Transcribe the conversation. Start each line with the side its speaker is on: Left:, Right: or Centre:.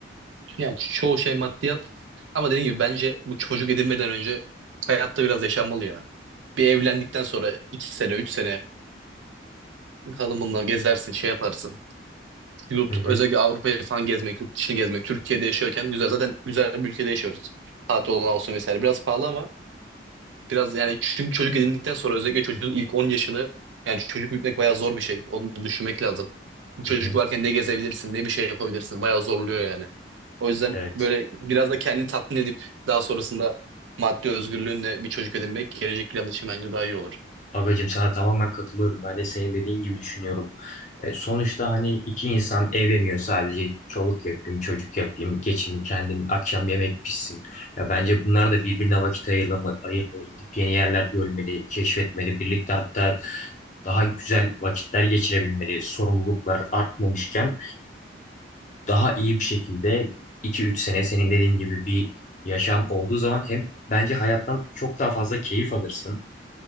Right: Yani çoğu şey maddiyat ama dediğim gibi bence bu çocuk edinmeden önce hayatta biraz yaşanmalı ya. Bir evlendikten sonra iki sene, üç sene hanımınla gezersin, şey yaparsın. Yurt,
Left: Hı hı,
Right: özellikle Avrupa'yı falan gezmek, yurt dışını gezmek. Türkiye'de yaşıyorken güzel. Zaten güzel bir ülkede yaşıyoruz. Tatil olan olsun vesaire. Biraz pahalı ama biraz yani çünkü çocuk edindikten sonra özellikle çocuğun ilk 10 yaşını yani çocuk büyütmek bayağı zor bir şey. Onu da düşünmek lazım. Bu çocuk
Left: hı hı.
Right: varken ne gezebilirsin, ne bir şey yapabilirsin. Bayağı zorluyor yani. O yüzden
Left: Evet.
Right: böyle biraz da kendini tatmin edip daha sonrasında maddi özgürlüğünle bir çocuk edinmek gelecek plan için bence daha iyi olur.
Left: Agacım sana tamamen katılıyorum. Ben de senin dediğin gibi düşünüyorum. E, sonuçta hani iki insan evleniyor sadece çoluk yapayım, çocuk yapayım, geçim kendim akşam yemek pişsin. Ya bence bunlar da birbirine vakit ayırma, ayırmalı, gidip yeni yerler görmeli, keşfetmeli, birlikte hatta daha güzel vakitler geçirebilmeli. Sorumluluklar artmamışken daha iyi bir şekilde iki üç sene senin dediğin gibi bir yaşam olduğu zaman hem bence hayattan çok daha fazla keyif alırsın.